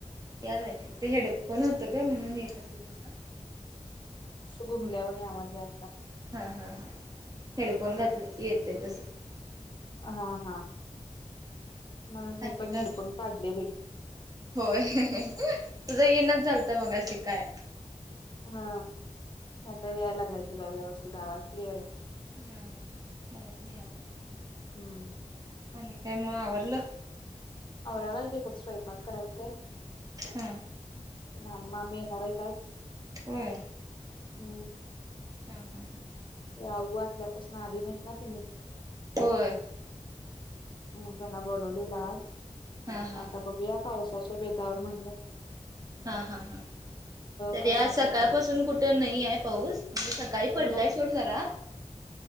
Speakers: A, on the right (about 30°); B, on the left (about 40°).
A: यालाय का ते हेडफोन होतं ग म्हणून येत असेल तसं
B: घुमल्यावानी आवाज यायलता
A: ह हा हा हेडफोन घातले की येते तस
B: हा हा म्हणून मी
A: आणि
B: पण
A: काय
B: हेडफोन काढले बाई!
A: होय तुझं येनच झालत मगाशी काय?
B: हा आता यायला लागलाय तुझा व्यवस्थित आवाज क्लिअर आहे.
A: हा हा हा मला पण याला
B: हम्म
A: आणि काय मग आवरलं?
B: कराय लागलोय बघं, स्वयंपाक करायचायं.
A: हम्म
B: मामा मामी येणार आहेत आज
A: हय.
B: हम्म
A: हा हा.
B: ते आवू वारल्या पासून आली नाहीत ना त्यांनी
A: होय.
B: म त्यांना बोलवलेल आज
A: हा हा
B: म आता बघूया पावसाच्या बेतावर म्हणल्यात.
A: हा हा हा. तरी
B: कमी
A: आज
B: असला
A: सकाळपासून
B: तर
A: कुठे नाही आहे पाऊस म्हणजे सकाळी पडलाय
B: इकडं
A: सोड जरा